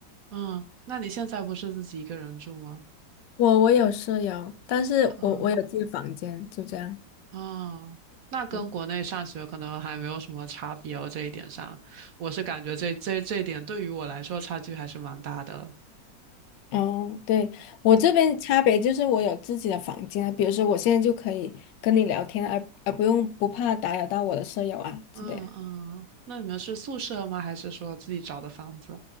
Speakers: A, on the right; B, on the left.
A: 嗯，那你现在不是自己一个人住吗？
B: <laughs> 我我有舍友，但是我我有自己的房间，
A: 嗯
B: 就这样。
A: 啊，那跟国内上学可能还没有什么差别哦，
B: 嗯，
A: 这一点上，我是感觉这这这一点对于我来说差距还是蛮大的。
B: 哦，对，我这边差别就是我有自己的房间啊，
A: 嗯
B: 比如说我现在就可以跟你聊天，而而不用不怕打扰到我的舍友啊之类的。
A: 嗯嗯，那你们是宿舍吗？还是说自己找的房子？